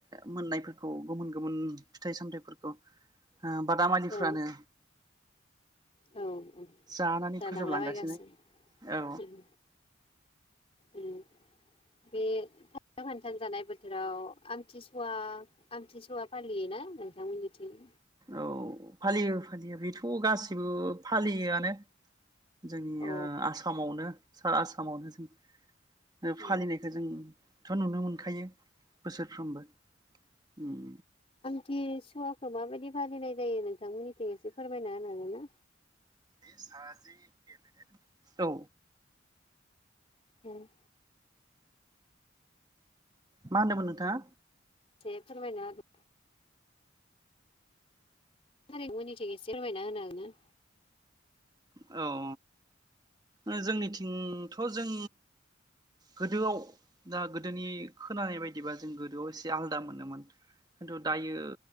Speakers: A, on the right; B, on the left.
A: मोननायफोरखौ गोमोन गोमोन फिथाइ सामथायफोरखौ आ बादामालिफ्रानो
B: औ औ ओ
A: जानानै
B: जानांला
A: फोजोबलांगासिनो
B: बायगासिनो
A: औ
B: उम उम बे खान्थाल खान्थाल जानाय बोथोराव आमथिसुवा आमथिसुवा फालियोना नोंथांमोननिथिं?
A: औ फालियो फालियो बेथ' गाससिबो फालियोआनो। जोंनि
B: औ
A: ओ आसामावनो। सा आसामावनो जों ओ
B: उम
A: फालिनायखौ जोंथ' नुनो मोन खायो बोसोरफ्रोमबो उम
B: थि सुवाखौ माबायदि फालिनाय जायो नोंथांमोननिथिं एसे फोरमायना होनो हागोनना?
A: साजि केबिनेट औ
B: उम
A: मा होनदोंमोन नोंथाङा?
B: जे फोरमायना होदो थारि मोननिथिं एसे फोरमायना होनो हागोन ना?
A: दा औ ओ जोंनिथिंथ' जों गोदोआव दा गोदोनि खोनानाय बायदिबा जों गोदोआव एसे आलदा मोनोमोन खिन्थु दायो